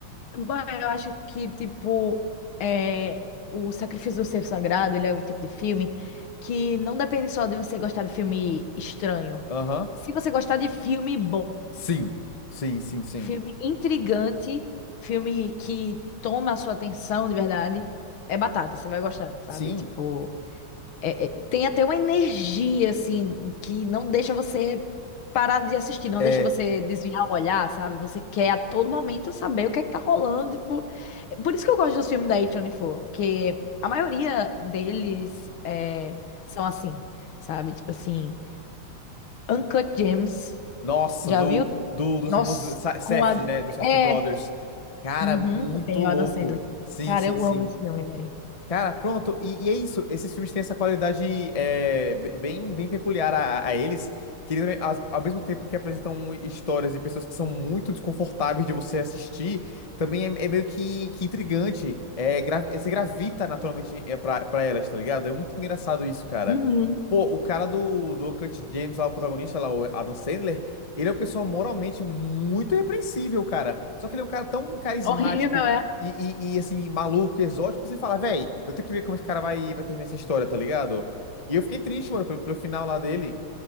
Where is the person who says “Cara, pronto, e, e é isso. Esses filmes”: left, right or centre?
Left